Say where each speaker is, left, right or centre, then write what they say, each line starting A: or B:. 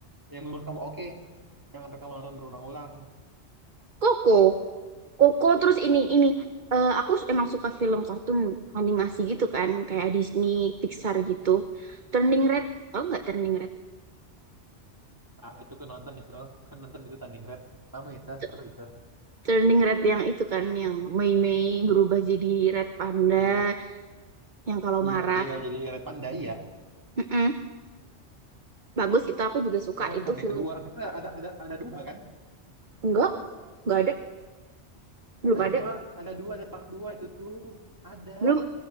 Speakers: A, on the right (about 15°); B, on the right (about 45°).
A: yang menurut kamu oke, yang sampai kamu nonton berulang-ulang.
B: Koko. Koko terus ini ini eh, aku emang suka film kartun animasi gitu kan, kayak Disney, Pixar gitu. Turning Red, oh nggak Turning Red.
A: Ah, itu kan nonton itu, kan nonton itu tanding red. Pertama itu
B: T-
A: seru itu
B: Turning Red yang itu kan yang Mei Mei
A: yang
B: berubah jadi Red Panda
A: yang
B: yang kalau
A: yang
B: marah.
A: dia jadi red panda ya.
B: Mm-mm. Bagus itu aku juga suka
A: Aku nonton
B: itu
A: sampai
B: film.
A: yang kedua kan ada ada ada dua kan?
B: Enggak, enggak ada, belum
A: Ada
B: ada.
A: dua, ada dua, ada part dua itu tuh. Ada
B: Belum